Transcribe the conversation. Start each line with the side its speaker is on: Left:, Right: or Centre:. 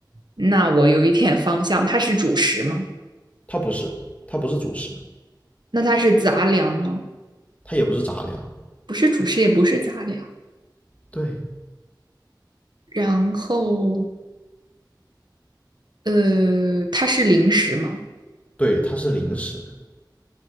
Right: 那我有一点方向，它是主食吗？
Left: 它不是，它不是主食，
Right: 那它是杂粮吗？
Left: 它也不是杂粮，
Right: 不是主食，也不是杂粮。
Left: 对，
Right: 然后，呃，它是零食吗？
Left: 对，它是零食，